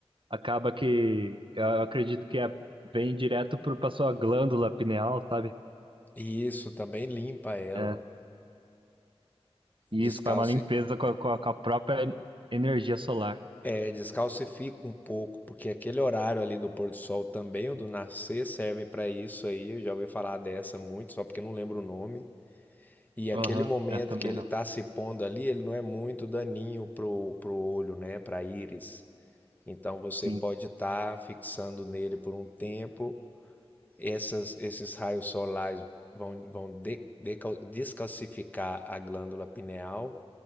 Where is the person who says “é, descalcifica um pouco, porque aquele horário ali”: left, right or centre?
Left